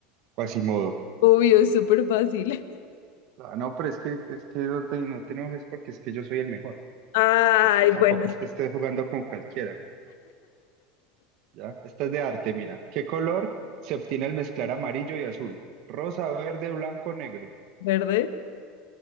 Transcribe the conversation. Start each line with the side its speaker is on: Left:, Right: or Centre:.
Right: Quasimodo.
Left: Obvio, es súper fácil. <laughs>
Right: Ah, no, pero es que, es que no te, no te enojes porque es que yo soy el mejor.
Left: Ay,
Right: Entonces tampoco
Left: bueno, sí.
Right: es que estés jugando con cualquiera, ¿ya? Esta es de arte, mira. ¿Qué color se obtiene al mezclar amarillo y azul? Rosa, verde, blanco, negro.
Left: Verde,